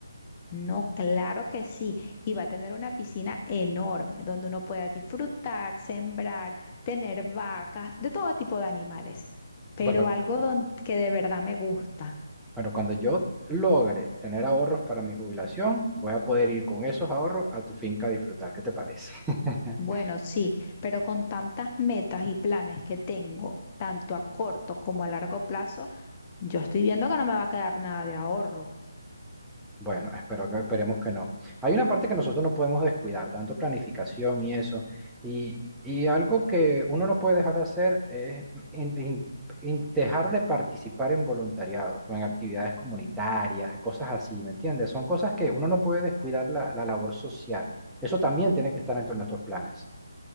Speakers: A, on the left (about 25°); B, in the centre.
A: No, claro que sí. Y va a tener una piscina enorme donde uno pueda disfrutar, sembrar, tener vacas, de todo tipo de animales. Pero
B: Bueno,
A: algo don- que de verdad me gusta.
B: Bueno, cuando yo logre tener ahorros para mi jubilación, voy a poder ir con esos ahorros a tu finca a disfrutar. ¿Qué te parece? <laughs>
A: Bueno, sí, pero con tantas metas y planes que tengo, tanto a corto como a largo plazo, yo estoy viendo que no me va a quedar nada de ahorro.
B: Bueno, espero que, esperemos que no. Hay una parte que nosotros no podemos descuidar, tanto planificación y eso. Y, y algo que uno no puede dejar de hacer es in- in- in- dejar de participar en voluntariados o en actividades comunitarias, cosas así, ¿me entiendes? Son cosas que uno no puede descuidar la, la labor social. Eso también tiene que estar dentro de nuestros planes.